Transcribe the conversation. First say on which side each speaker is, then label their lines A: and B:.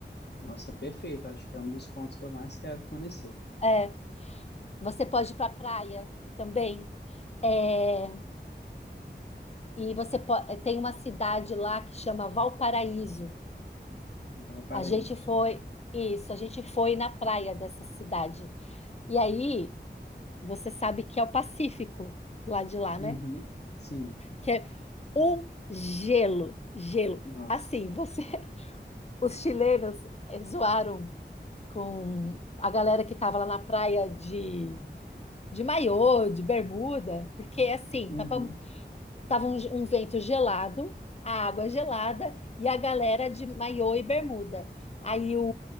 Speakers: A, on the left; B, on the left.
A: Nossa, perfeito, acho que é um dos pontos que eu mais quero conhecer,
B: É, você pode ir para a praia também. É, e você po- tem uma cidade lá que chama Valparaíso.
A: em Valparaíso.
B: A gente foi, isso, a gente foi na praia dessa cidade. E aí, você sabe que é o Pacífico, lá de lá,
A: Uhum,
B: né?
A: sim.
B: Que é um gelo, gelo.
A: Nossa.
B: Assim, você, <laughs> os chilenos eh, zoaram com a galera que tava lá na praia de, de maiô, de bermuda, porque assim,
A: Uhum.
B: tava Tava um, um vento gelado, a água gelada e a galera de maiô e bermuda. Aí o,